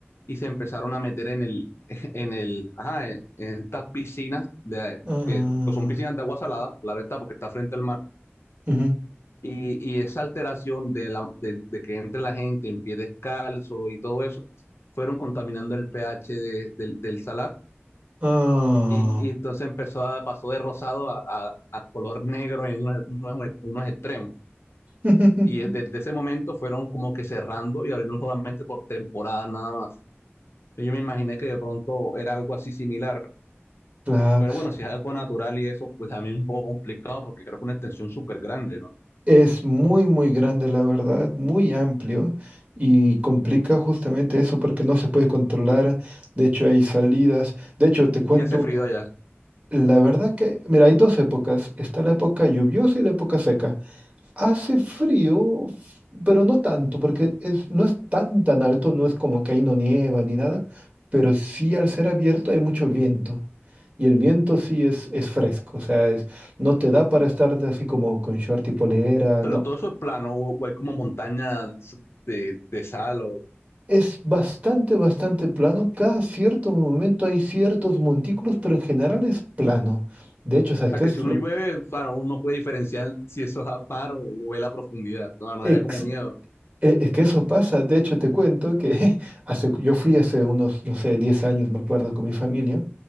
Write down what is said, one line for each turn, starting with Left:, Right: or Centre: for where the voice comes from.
Left: y se empezaron a meter en el, <laughs> en el, ajá, en, en estas piscinas de,
Right: Ah,
Left: que, que son piscinas de agua salada, claro está, porque está frente al mar.
Right: ujú,
Left: Y, y esa alteración de, la, de, de que entre la gente en pie descalzo y todo eso, fueron contaminando el pH de- del, del salar.
Right: ah.
Left: Y, y entonces empezó a, pasó de rosado a, a- a color negro en unos unos- unos extremos.
Right: <laughs>
Left: Y desde ese momento fueron como que cerrando y abriendo solamente por temporadas nada más. Y Yo me imaginé que de pronto era algo así similar.
Right: Claro.
Left: Pero bueno, si es algo natural y eso, pues a mí es un poco complicado porque creo que una extensión súper grande, ¿no?
Right: Es muy, muy grande, la verdad, muy amplio y complica justamente eso porque no se puede controlar. De hecho, hay salidas. De hecho, te cuento
Left: Y hace frío
Right: una.
Left: allá.
Right: La verdad que, mira, hay dos épocas. Está la época lluviosa y la época seca. Hace frío, f- pero no tanto porque es- no es tan, tan alto, no es como que ahí no nieva ni nada, pero sí al ser abierto hay mucho viento. Y el viento sí es, es fresco, o sea, es, no te da para estar de así como con short y polera,
Left: Pero
Right: no.
Left: todo eso es plano o, o hay como montañas de, de sal o... o
Right: Es bastante, bastante plano. Cada cierto momento hay ciertos montículos, pero en general es plano. De hecho, ¿sabes
Left: sea,
Right: qué
Left: que
Right: es
Left: si uno
Right: lo
Left: llueve, claro, uno puede diferenciar si eso es a mar o, o es la profundidad. No, no,
Right: ex-
Left: era como miedo, ¿no?
Right: eh, Es que eso pasa. De hecho, te cuento que <laughs> hace, yo fui hace unos, no sé, 10 años, me acuerdo, con mi familia,